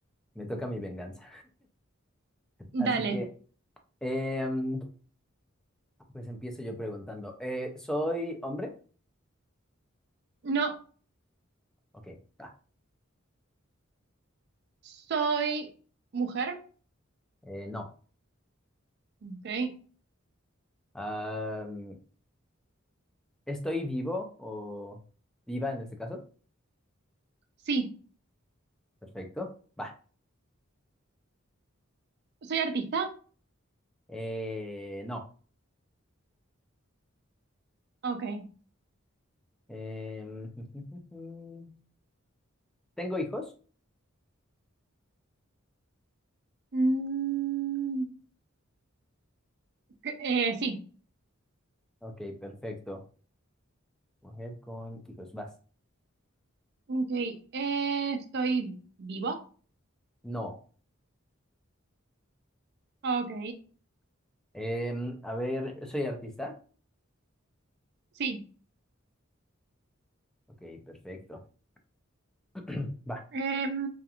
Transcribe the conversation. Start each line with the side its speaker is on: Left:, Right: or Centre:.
Centre: me toca mi venganza. Así
Right: Dale.
Centre: que, em, pues empiezo yo preguntando, eh, ¿soy hombre?
Right: No,
Centre: Ok, va.
Right: soy mujer.
Centre: Eh, no.
Right: Ok.
Centre: Am, ¿estoy vivo o viva en este caso?
Right: Sí.
Centre: Perfecto, va.
Right: ¿Soy artista?
Centre: Eh, no.
Right: Ok.
Centre: Em, <laughs> ¿Tengo hijos?
Right: Mm, cre- eh, sí.
Centre: Ok, perfecto. Mujer con hijos, vas.
Right: Ok. Eh, ¿estoy vivo?
Centre: No.
Right: Ok.
Centre: Em, a ver, ¿soy artista?
Right: Sí.
Centre: Ok, perfecto. <clears throat> Va.
Right: Em,